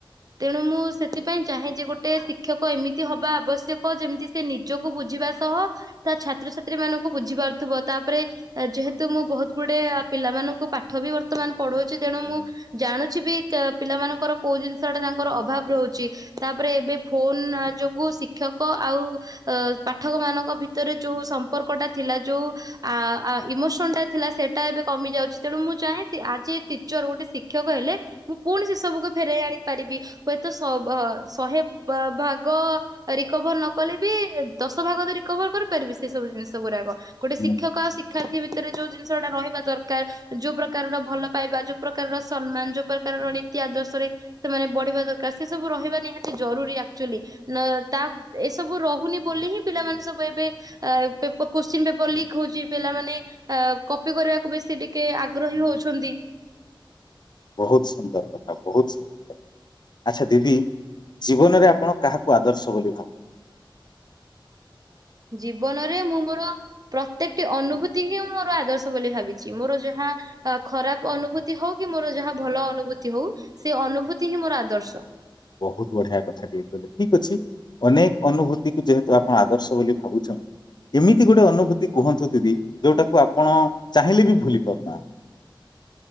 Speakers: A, on the right; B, on the left.
A: ତେଣୁ ମୁଁ ସେଥିପାଇଁ ଚାହେଁ ଯେ ଗୋଟେ ଶିକ୍ଷକ ଏମିତି ହବା ଆବଶ୍ୟକ ଯେମିତି ସେ ନିଜକୁ ବୁଝିବା ସହ ତା ଛାତ୍ରଛାତ୍ରୀ ମାନଙ୍କୁ ବୁଝି ପାରୁଥିବ ତାପରେ ଯେହେତୁ ମୁଁ ବହୁତ ଗୁଡେ ପିଲାମାନଙ୍କୁ ପାଠ ବି ବର୍ତ୍ତମାନ ପଢଉଛି ତେଣୁ ମୁଁ ଜାୁଣୁଛି ବି ପିଲାମାନଙ୍କର କୋଉ ଜିନି ଷ ଟା ତାଙ୍କର ଅଭାବ ରହୁଛି ତାପରେ ଏବେ ଫୋନ ଯୋଗୁ ଶିକ୍ଷକ ଆଉ ପାଠକ ମାନଙ୍କ ଭିତରେ ଯୋଉ ସମ୍ପର୍କ ଟା ଥିଲା ଯୋଉ ଆ ଇମୋସନ ଟା ଥିଲା ସେଟା ଏବେ କମି ଯାଉଛି ତେଣୁ ମୁଁ ଚାହେଁ ଆଜି ଟିଚର ଗୋଟେ ଶିକ୍ଷକ ହେଲେ ମୁଁ ପୁଣି ସେସ ସବୁ ଫେରାଇ ଆଣି ପାରିବି ହୁଏତ ଶ -ବ -ଶହେ ଭାଗ ରିକଭର ନ କଲେ ବି ଦଶ ଭାଗ ତ ରିକଭର କରିପାରିବି ସେ ସବୁ ଜିନିଷ ଗୁଡାକ ଗୋଟେ
B: ହୁଁ,
A: ଶିକ୍ଷକ ଆଉ ଶିକ୍ଷାର୍ଥୀ ବି ଭିତରେ ଯୋଉ ଜିନିଷଟା ରହିବା ଦରକାର ଯୋଉ ପ୍ରକାରର ଭଲ ପାଇବା ଯୋଉ ପ୍ରକାରର ସମ୍ମାନ ଯୋଉ ପ୍ରକାରର ନୀତି ଆଦର୍ଶରେ। ସେମାନେ ବଢିବା ଦରକାର ସେ ସବୁ ରହିବା ନିହାତି ଜରୁରୀ ଆକଚୁଆଲି ତା ଏସବୁ ରହୁନି ବୋଲି ହିଁ ପିଲାମାନେ ସବୁ ଏବେ କୋଶ୍ଚିନ ପେପର ଲିକ୍ ହଉଛି ପିଲାମାନେ କପି କରିବାକୁ ବେଶୀ ଟିକେ ଆଗ୍ରହୀ ହଉଛନ୍ତି।
B: ବହୁତ ସୁନ୍ଦର କଥା ବହୁତ ସୁନ୍ଦର କଥା ଆଚ୍ଛା ଦିଦି ଜୀବନରେ ଆପଣ କାହାକୁ ଆଦର୍ଶ ବୋଲି ଭାବ
A: ଜୀବନରେ ମୁଁ ମୋର ପ୍ରତ୍ୟେକ ଟି ଅନୁଭୂତି ହିଁ ମୋର ଆଦର୍ଶ ବୋଲି ଭାବିଛି ମୋର ଯାହା ଖରାପ ଅନୁଭୂତି ହଉ କି ମୋର ଯାହା ଭଲ ଅନୁଭୂତି ହଉ ସେ ଅନୁଭୂତି ହିଁ ମୋର ଆଦର୍ଶ।
B: ବହୁତ ବଢିଆ କଥା ଟିକେ କହିଲେ ଠିକ ଅଛି ଅନେକ ଅନୁଭୂତିକୁ ଯେହେତୁ ଆପଣ ଆଦର୍ଶ ବୋଲି ଭାବୁଛନ୍ତି ଏମିତି ଗୋଟେ ଅନୁଭୂତି କୁହନ୍ତୁ ଦିଦି ଯୋଉଟାକୁ ଆପଣ ଚାହିଁଲେ ବି ଭୁଲି ପାରୁନାହାନ୍ତି।